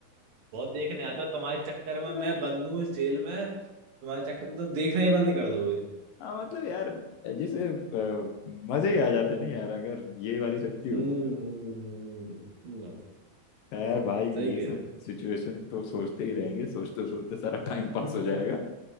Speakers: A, on the right; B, on the left.
A: बहुत देखने आता हूँ, तुम्हारे चक्कर में
B: हाँ
A: मैं बंद हूँ इस जेल में तुम्हारे चक्कर में तो देखना ही बंद कर दोगे
B: मतलब यार जैसे अ, मजे ही आ जाते हैं ना यार अगर ये वाली शक्ति
A: हम्म
B: होती तो
A: हम्म हम्म, हम्म,
B: खैर
A: सही
B: भाई
A: सही
B: ये
A: कह
B: सब
A: रहे
B: सिचुएशन तो सोचते ही रहेंगे सोचते सोचते सारा टाइम पास
A: हो
B: हो जाएगा